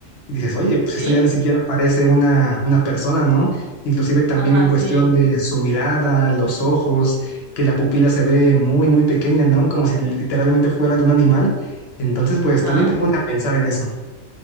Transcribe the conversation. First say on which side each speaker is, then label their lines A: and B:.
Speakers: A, on the left (about 60°); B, on the right (about 50°).
A: Y dices, oye, pues
B: ¿Sí?
A: esto ya ni siquiera parece una, una persona, ¿no? Inclusive también
B: Ajá,
A: en cuestión
B: sí,
A: de su mirada, los ojos, que la pupila se ve muy, muy pequeña, ¿no? Como si literalmente fuera de un animal. Entonces, pues
B: ajá.
A: también te pone a pensar en eso.